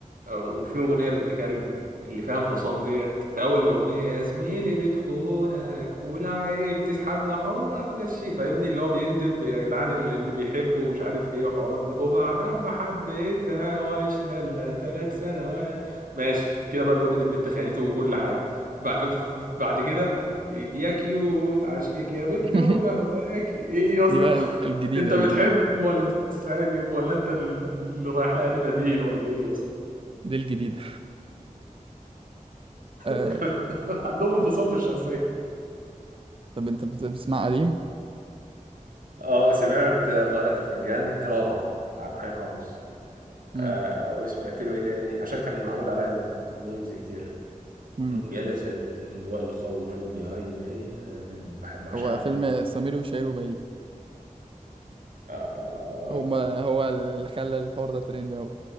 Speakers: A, on the right; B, on the right.
A: وفي أغنية بنت كلب اللي فيها انفصام ديت في أول الأغنية يا زميلي بتخونك والعيب تسحبنا حرمة تمشي فاهمني اللي هو بيندب يا جدعان اللي بيحبه ومش عارف ايه وحوارات من- وبعد ما حبيتها وعشنا لنا ثلاث سنوات ماشي كده بقى بيقول إن البت خانته وكل حاجة بع- بعد كده يا كيوت عشقك يا بت
B: <laughs>
A: وبهواك ايه يا اسطى
B: دي بقى
A: <laughs>
B: ال- الجديده
A: انت بتحب
B: الجديده
A: ولا سايب ولا انت اللي رايح لها دي بديل ولا ايه يا اسطى
B: دي الجديده آه
A: <laughs> عندهم انفصام
B: طب,
A: في الشخصية
B: طب انت بت- بتسمع قديم
A: اه سمعت قارئة الفنجان دي روعة عبد الحليم حافظ آه
B: امم
A: وسمعت له ايه تاني عشان كان معمول عليها ميم- ميمز كتير
B: امم
A: جلست والخوف بعينيها بحب بعشقها
B: هو فيلم
A: موت
B: سمير وشهير وبهير
A: آه
B: هما هو اللي خلى الحوار ده ترند أوي